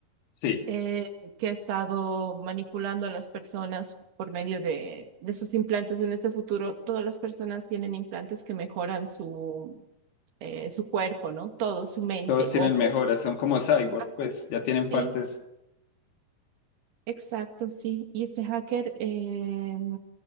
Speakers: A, on the left; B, on the right.
A: Sí,
B: eh, que ha estado manipulando a las personas por medio de, de sus implantes. En este futuro, todas las personas tienen implantes que mejoran su, eh, su cuerpo, ¿no? Todo, su mente,
A: todos tienen
B: ojos.
A: mejoras, son como cyborg,
B: Ajá,
A: pues ya tienen partes.
B: Sí, Exacto, sí. Y este hacker eh,